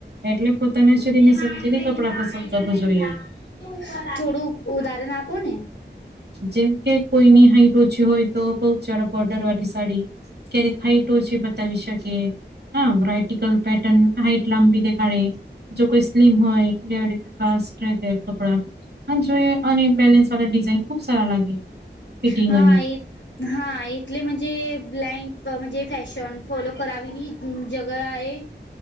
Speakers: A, on the right (about 60°); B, on the left (about 75°).
A: એટલે પોતાના શરીર
B: તેમાં
A: ને સમજીને
B: આને લઈ
A: કપડાં
B: લીધા
A: પસંદ
B: આને
A: કરવું
B: લઈ
A: જોઈએ.
B: લીધા થોડું ઉદાહરણ આપો ને?
A: જેમ કે, કોઈની હાઈટ ઓછી હોય તો બહુ જરા બોર્ડર વાળી સાડી, ક્યારે હઈટ ઓ છી બતાવી શકે. હા વરાઇટિકલ પેટર્ન હાઇટ લાંબી દેખાડે. જો કોઈ સ્લીમ હોય કપડા જો અને બેલેન્સ વાળા ડિઝાઇન ખુબ સારા લાગે. ફિટિંગ
B: હા
A: અને
B: એ હા એટલે મજે બ્લાઇન્ક મજે ફેશન ફોલો કરાવીની જગા એ